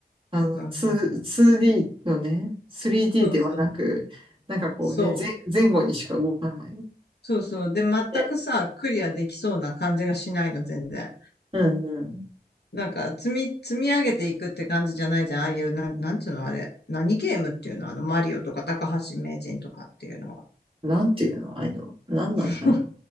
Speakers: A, on the right; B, on the left.
A: あの、
B: なんか。
A: 2、2D のね、3D
B: そうそう。
A: ではなく、なんかこうね、
B: そう。
A: 前、前後にしか動かない。
B: そうそう。で、全くさ、
A: で、
B: クリアできそうな感じがしないの、全然。
A: うんうん。
B: なんか、積み、積み上げていくって感じじゃないじゃん。ああいう、なん、なんつうのあれ。何ゲームっていうのあの、マリオとか高橋名人とかっていうのは。
A: なんていうの、ああいうの。何なんだろう。
B: <laughs>